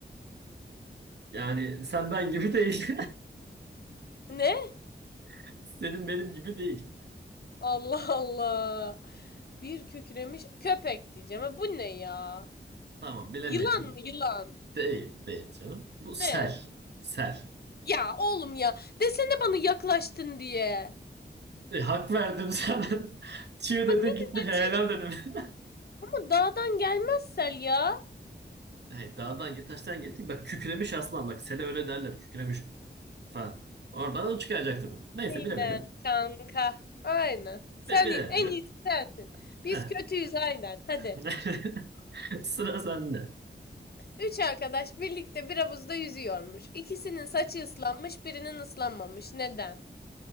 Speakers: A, on the right; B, on the left.
A: Yani sen ben gibi değil.
B: Ne?
A: <laughs> Senin benim gibi değil.
B: Allah Allah. Bir kükremiş köpek diyeceğim. Ha, bu ne ya?
A: Tamam bilemedin.
B: Yılan mı yılan?
A: Değil. Değil canım. Bu sel.
B: Ne?
A: Sel.
B: Ya oğlum ya. Desene bana yaklaştın diye.
A: E, hak verdim sana. <laughs> Çığ dedin
B: Bak ne
A: gitti.
B: güzel
A: Helal
B: çizdin
A: dedim. <laughs>
B: ama dağdan gelmez Sel ya.
A: Hayır, dağdan git taştan gitti. Bak kükremiş aslan. Bak sele öyle derler. Kükremiş falan. Oradan çıkaracaktım bunu. Neyse
B: Aynen
A: bilemedin.
B: kanka. Aynen. Sen
A: Bi- bilemedin.
B: en iyisi sensin. Biz
A: Heh.
B: kötüyüz aynen. Hadi.
A: <laughs> Sıra sende.
B: Üç arkadaş birlikte bir havuzda yüzüyormuş. İkisinin saçı ıslanmış, birinin ıslanmamış. Neden?